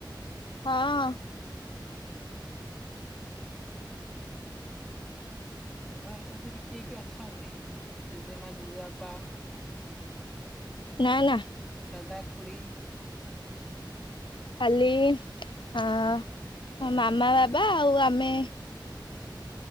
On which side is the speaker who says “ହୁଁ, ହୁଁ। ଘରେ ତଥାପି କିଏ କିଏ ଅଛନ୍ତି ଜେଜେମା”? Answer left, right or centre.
Centre